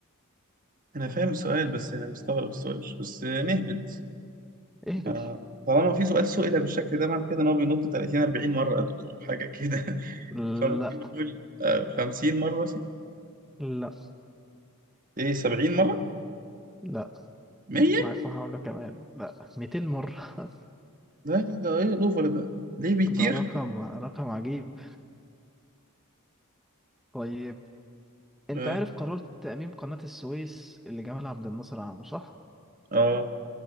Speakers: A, on the right (about 40°); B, in the centre.
A: انا فاهم السؤال بس انا مستغرب السؤال بس نهبط
B: ايه بت...
A: آه، طالما في سؤال سئل بالشكل ده معنى كده ان هو بينط 30 40 مره يا دكتور حاجه كده <laughs>
B: لا
A: فممكن نقول آه، 50 مره مثلا
B: لا
A: ايه 70 مره
B: لا
A: 100
B: معاك محاولة كمان لا 200 مرة
A: ده ده ايه الاوفر ده ليه بيطير
B: ده رقم رقم عجيب طيب انت
A: اه
B: عارف قرار تأميم قناة السويس اللي جمال عبد الناصر عامله صح؟
A: اه